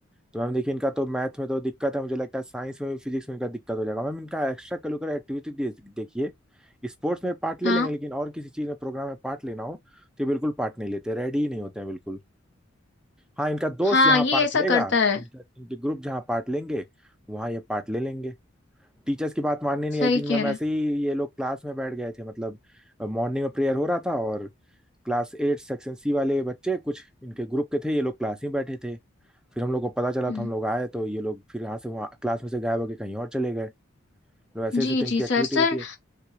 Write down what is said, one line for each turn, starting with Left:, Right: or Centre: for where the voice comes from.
Centre: तो मैम देखिए इनका तो मैथ में तो दिक्कत है मुझे लगता है साइंस में भी फिजिक्स में इनका दिक्कत हो जाएगा मैम इनका एक्स्ट्रा करिकुलर एक्टिविटी देखिए स्पोर्ट्स में पार्ट ले
Left: हाँ
Centre: लेंगे लेकिन और किसी चीज में प्रोग्राम में पार्ट लेना हो तो ये बिल्कुल पार्ट नहीं लेते रेडी ही नहीं होते हैं बिल्कुल हाँ इनका दोस्त
Left: हाँ
Centre: जहाँ
Left: ये
Centre: पार्ट
Left: ऐसा
Centre: लेगा
Left: करता है
Centre: इनका इनके ग्रुप जहाँ पार्ट लेंगे वहाँ ये पार्ट ले लेंगे टीचर्स की बात माननी नहीं
Left: सही
Centre: एक दिन मैम
Left: कह रहे
Centre: ऐसे
Left: हैं
Centre: ही ये लोग क्लास में बैठ गए थे मतलब मॉर्निंग में प्रेयर हो रहा था और क्लास एट सेक्शन सी वाले बच्चे कुछ इनके ग्रुप के थे ये लोग क्लास में बैठे थे फिर हम लोग को पता चला
Left: हम्म,
Centre: तो हम लोग आए तो ये लोग फिर यहाँ से वहाँ क्लास में से गायब होकर कहीं और चले गए तो ऐसे
Left: जी
Centre: ऐसे तो इनकी
Left: जी
Centre: एक्टिविटी
Left: सर सर
Centre: रहती है